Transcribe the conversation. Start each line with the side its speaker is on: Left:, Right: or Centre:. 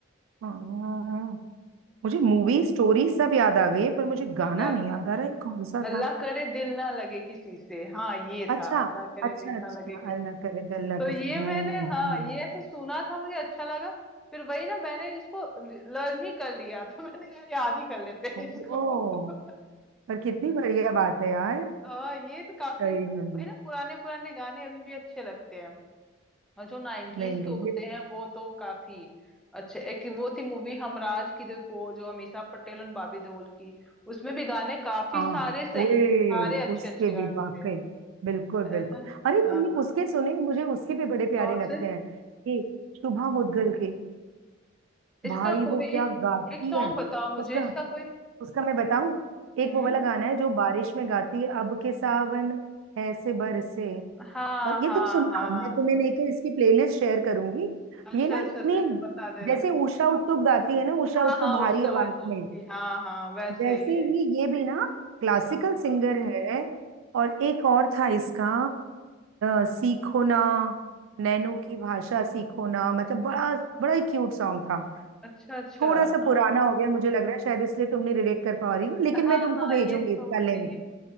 Right: हम्म। हाँ, मुझे मूवी स्टोरी सब याद आ गई है पर मुझे गाना
Centre: गाना
Right: नहीं याद आ रहा है कौन सा
Centre: अल्लाह
Right: था
Centre: करे दिल ना लगे किसी से हाँ ये
Right: अच्छा
Centre: था अल्लाह करे
Right: अच्छा
Centre: दिल
Right: अच्छा
Centre: ना लगे किसी
Right: अल्लाह
Centre: से
Right: करे अल्लाह
Centre: तो
Right: के
Centre: ये
Right: साथ हम्म
Centre: मैंने
Right: हम्म
Centre: हाँ ये ऐसे सुना था मुझे अच्छा लगा फिर वही ना मैंने इसको लर्न ही कर लिया था <laughs> मैंने कहा याद ही कर लेते
Right: ओ
Centre: हैं इसको <laughs>
Right: पर कितनी बढ़िया बात है यार
Centre: हाँ ये तो काफी
Right: सही में
Centre: वही ना पुराने पुराने गाने अभी भी अच्छे लगते हैं और जो नाइनटीज
Right: नहीं नहीं
Centre: के होते
Right: ये तो
Centre: हैं वो तो काफी अच्छे एक वो थी मूवी हमराज की देखो जो अमीषा पटेल और बॉबी देओल की उसमें भी गाने काफी
Right: हाँ
Centre: सारे सही
Right: ओए
Centre: थे सारे अच्छे
Right: उसके
Centre: अच्छे गाने
Right: भी वाकई
Centre: थे
Right: बिल्कुल
Centre: है
Right: बिल्कुल
Centre: ना
Right: अरे
Centre: हाँ,
Right: तुमने उसके सुने मुझे उसके भी बड़े प्यारे
Centre: कौन
Right: लगते
Centre: से
Right: हैं कि शुभा मुद्गल के
Centre: इसका
Right: भाई
Centre: कोई
Right: वो क्या गाती
Centre: एक सॉन्ग
Right: है
Centre: बताओ मुझे
Right: उसका
Centre: इसका कोई
Right: उसका मैं बताऊं एक
Centre: हम्म
Right: वो वाला गाना है जो बारिश में गाती है अब के सावन ऐसे बरसे
Centre: हाँ
Right: और ये
Centre: हाँ
Right: तुम सुनना
Centre: हाँ
Right: मैं तुम्हें लेके इसकी प्लेलिस्ट शेयर करूंगी
Centre: अच्छा
Right: ये ना
Centre: अच्छा
Right: इतनी
Centre: दे दे बता दे रहा
Right: जैसे उषा उत्तुप गाती है ना उषा
Centre: हाँ
Right: उत्तुप
Centre: हाँ
Right: भारी
Centre: वो साउथ
Right: आवाज में
Centre: की हाँ हाँ वैसे
Right: वैसे
Centre: ही है
Right: ही ये भी ना क्लासिकल
Centre: हाँ
Right: सिंगर
Centre: हाँ
Right: है और एक और था इसका अ, सीखो ना नैनो की भाषा सीखो ना मतलब बड़ा बड़ा ही क्यूट सॉन्ग था
Centre: अच्छा अच्छा
Right: थोड़ा सा
Centre: हाँ
Right: पुराना हो गया मुझे लग रहा है शायद इसलिए तुम नहीं रिलेट कर पा रही हो लेकिन
Centre: हाँ
Right: मैं
Centre: हाँ
Right: तुमको भेजूंगी
Centre: ये तो
Right: इसका लिंक
Centre: नहीं है